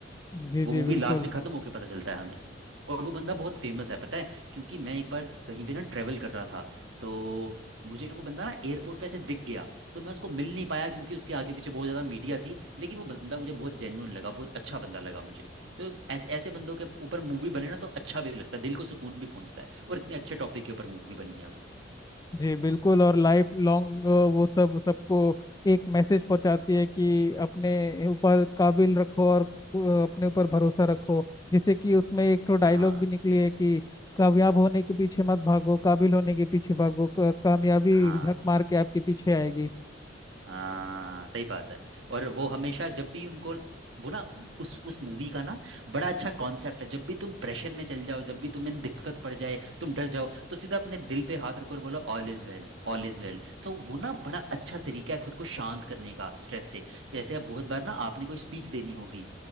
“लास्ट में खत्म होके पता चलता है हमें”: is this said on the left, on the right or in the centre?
Right